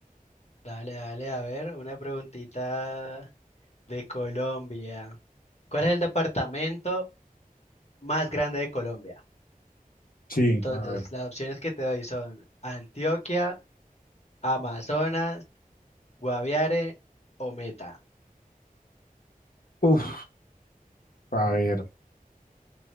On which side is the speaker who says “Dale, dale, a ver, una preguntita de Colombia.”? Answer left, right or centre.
Left